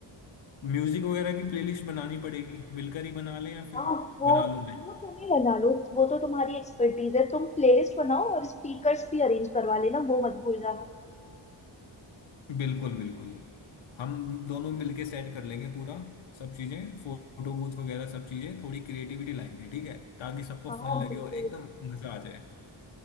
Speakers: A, on the left; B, on the left.
A: म्यूजिक वगैरह की प्लेलिस्ट बनानी पड़ेगी मिलकर ही बना लें या
B: हाँ
A: फिर
B: वो
A: बना
B: वो
A: लूं मैं
B: तुम ही बना लो वो तो तुम्हारी एक्सपर्टीज है तुम प्लेलिस्ट बनाओ और स्पीकर्स भी अरेंज करवा लेना वो मत भूल जाना
A: बिल्कुल बिल्कुल हम दोनों मिलके सेट कर लेंगे पूरा सब चीजें फोटो बूथ वगैरह सब चीजें थोड़ी क्रिएटिविटी लाएंगे ठीक है ताकि सबको
B: हाँ
A: फन लगे
B: बिल्कुल
A: और एकदम मजा आ जाए